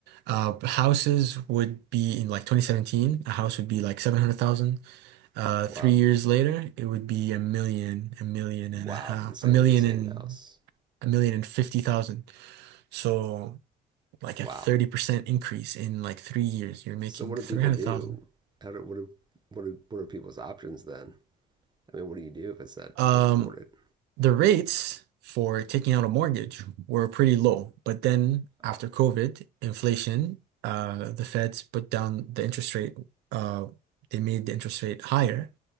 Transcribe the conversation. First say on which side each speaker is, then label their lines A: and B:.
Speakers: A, on the right; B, on the right.
A: Uh, houses would be in like 2017, a house would be like 700,000. Uh,
B: Wow,
A: three years later, it would be a million, a million
B: wow.
A: and a half,
B: For the same,
A: a million
B: the same
A: and
B: house.
A: a million and fifty thousand. So like a
B: Wow.
A: 30% increase in like three years, you're making
B: So, what do
A: 300,000.
B: people do? How do what do what are, what are people's options then? I mean, what do you do if it's that
A: Um,
B: you can't afford it?
A: the rates for taking out a mortgage were pretty low, but then after
B: Oh,
A: COVID, inflation, uh, the feds put down the interest rate, uh, they made the interest rate higher.